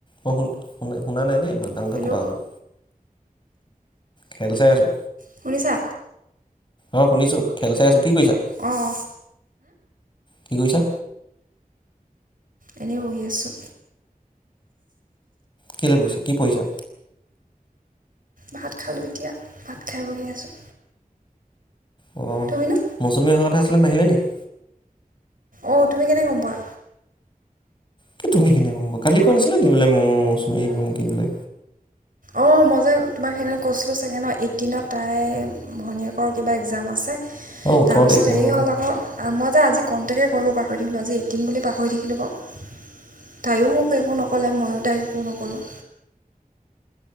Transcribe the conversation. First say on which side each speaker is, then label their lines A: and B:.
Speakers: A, on the left; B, on the right.
A: মই শুন-শুনা-শুনানাই দেই ইমান। ডাঙৰকে
B: হেল্ল'
A: ক'বা অলপ। খেল চাই আছো।
B: শুনিছা।
A: অ শুনিছো খেল চাই আছো কি কৈছা
B: অঁ অঁ
A: কি কৈছা
B: এনেই বঢ়ি আছোঁ
A: কেলে পঢ়িছা কি পঢ়িছা
B: ভাত খালোঁ এতিয়া ভাত খাই বঢ়ি আছোঁ
A: অ
B: তুমিনো
A: মৌচুমী অহা কথা আছিল মোৰ নাম নাহিলে নেকি
B: অঁ তুমি কেনেকে গম পোৱা
A: কি তুমি কেনে কালি কোৱা নাছিলাে বোলে মৌ মৌচুমী আহিব নেকি বোলে
B: অ মই যে তোমাক সেইদিনা কৈছিলো চাগে ন এইটিনত তাই ভনীয়েকৰ কিবা একযাম আছে
A: অ ওঠৰ
B: তাৰপিছত
A: তাৰিখে
B: হেৰি
A: অ
B: হ'ল আকৌ মই যে আজি কনটেকে মই য়ো পাহৰি থাকিলোঁ আজি এটিন বুলি পাহৰি থাকিলোঁ বাৰু তাইয়ো মোক একো নক'লে ময়ো তাই একো নকলোঁ